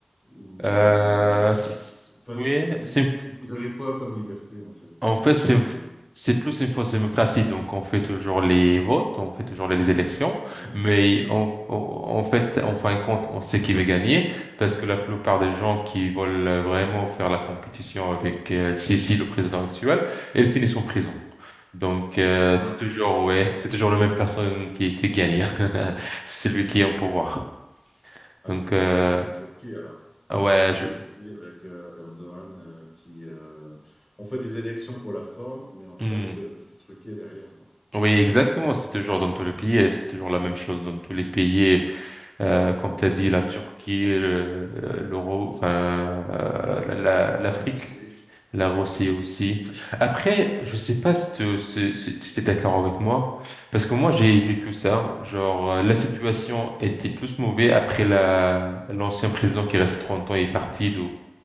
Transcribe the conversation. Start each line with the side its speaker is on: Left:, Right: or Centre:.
Left: ou
Right: Euh, c'est-
Left: enfin,
Right: oui,
Left: li-
Right: c'est
Left: vous avez quoi comme liberté en fait?
Right: En
Left: Enfin,
Right: fait,
Left: je veux dire,
Right: c'est
Left: euh,
Right: c'est plus une fausse démocratie. Donc, on fait toujours les votes, on fait toujours les élections,
Left: ouais,
Right: mais
Left: ouais.
Right: on- on- en fait, en fin de compte, on sait qui va gagner parce que la plupart des gens qui veulent vraiment faire la compétition avec euh, El-Sisi, le président actuel, ils finissent en prison. Donc, euh,
Left: Ah,
Right: c'est toujours, ouais, <laughs> c'est toujours la même personne qui, qui gagne. hein. <laughs> C'est lui qui est en pouvoir.
Left: Ah,
Right: Donc,
Left: c'est comme,
Right: euh,
Left: c'est comme en Turquie alors.
Right: ouais,
Left: C'est comme
Right: je-
Left: en Turquie avec euh, Erdogan euh, qui... euh, on fait des élections pour la forme, mais en fait,
Right: hmm.
Left: euh, tout est truqué derrière, quoi.
Right: Oui, exactement. C'est toujours dans tous les pays, et c'est toujours la même chose dans tous les pays. Euh, comme tu as dit, la Turquie, le- l'Euro, enfin, euh, la- la- l'Afrique.
Left: La Russie.
Right: La Rossée
Left: ouais.
Right: aussi. Après, je sais pas si tu es d'accord avec moi, parce que moi j'ai vécu ça. Genre, euh, la situation était plus mauvaise après la l'ancien président qui est resté 30 ans et est parti de,